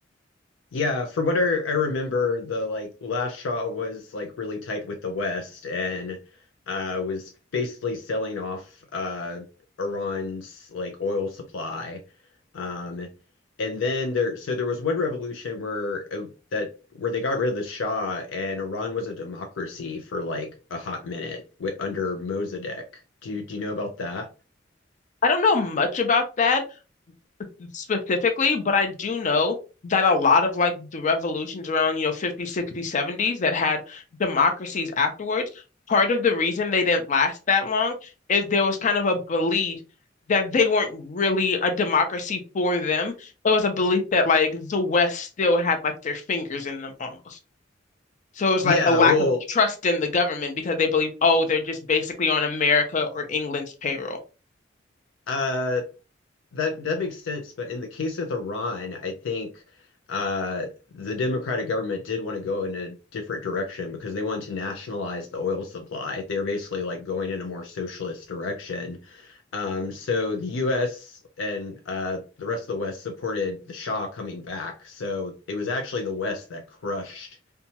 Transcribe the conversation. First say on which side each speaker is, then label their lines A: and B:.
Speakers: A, on the left; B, on the left.
A: Yeah, from what I, I remember, the like last Shaw was like really tight with the West and uh was basically selling off uh Iran's like oil supply. Um and then there so there was one revolution where uh, that where they got rid of the Shah and Iran was a democracy for like a hot minute with, under Mossadegh. Do you do you know about that?
B: I don't know much about that, specifically, but I do know that a lot of like the revolutions around, you know, 50, 60, 70s that had democracies afterwards, part of the reason they didn't last that long is there was kind of a belief that they weren't really a democracy for them. It was a belief that like the West still had like their fingers in them almost. So it was
A: Yeah,
B: like a lack
A: well,
B: of trust in the government because they believed, oh, they're just basically on America or England's payroll.
A: uh That that makes sense, but in the case with Iran, I think uh, the democratic government did want to go in a different direction because they wanted to nationalize the oil supply. They were basically like going in a more socialist direction. Um, so the U.S. and uh, the rest of the West supported the Shah coming back. So it was actually the West that crushed